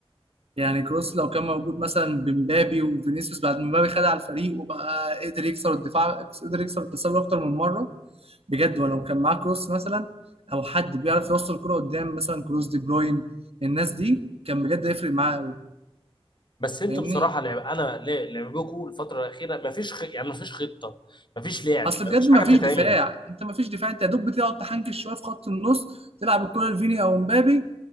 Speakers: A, on the right; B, on the left.
A: يعني كروس لو كان موجود مثلا بمبابي وفينيسيوس بعد ما مبابي خد على الفريق وبقى قدر يكسر الدفاع قدر يكسر التسلل اكتر من مرة بجد ولو كان معاه كروس مثلا او حد بيعرف يوصل الكرة قدام مثلا كروس دي بروين الناس دي كان بجد هيفرق معاه قوي
B: بس انتوا
A: فاهمني
B: بصراحه لعب انا لا- لعبكم الفتره الاخيره ما فيش خ... يعني ما فيش خطه ما فيش لعب
A: اصل
B: ما
A: بجد
B: فيش حاجه
A: ما
B: بتتعمل
A: فيش دفاع انت ما فيش دفاع انت يا دوب بتقعد تحنكش شويه في خط النص تلعب الكرة لفيني او مبابي